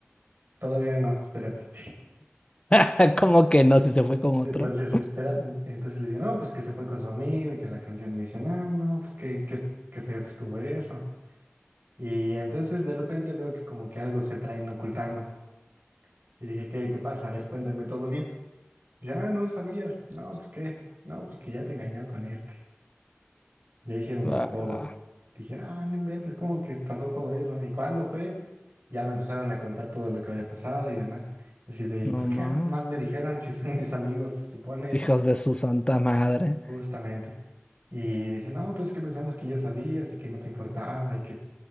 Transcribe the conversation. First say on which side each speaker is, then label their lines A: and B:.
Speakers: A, on the right; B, on the left.
A: Todavía no, espérate.
B: <laughs>
A: <laughs>
B: ¿Cómo que no? Si se fue con
A: Entonces,
B: otro.
A: espera, mm, entonces le digo, no, pues que se fue con su amigo y que la canción me dice, no, no, pues que qué, qué qué feo que estuvo eso. Y entonces de repente veo que como que algo se traen ocultando. Y dije, ¿qué, qué pasa? A ver, cuéntame todo bien. Y Ya, ah, no no sabías. No, pues qué, no, pues que ya te engañó con este. Ya hicieron
B: Ah,
A: de todo. Dije, ah, no inventes, ¿cómo que pasó todo eso? ¿Y cuándo fue? Ya me empezaron a contar todo lo que había pasado y demás. Así de, ¿y
B: no
A: por qué
B: más.
A: jamás me dijeron si son mis amigos, se supone,
B: Hijos
A: ¿no?
B: de su santa madre.
A: justamente. Y dice, no, pues que pensamos que ya sabías y que no te importaba y que,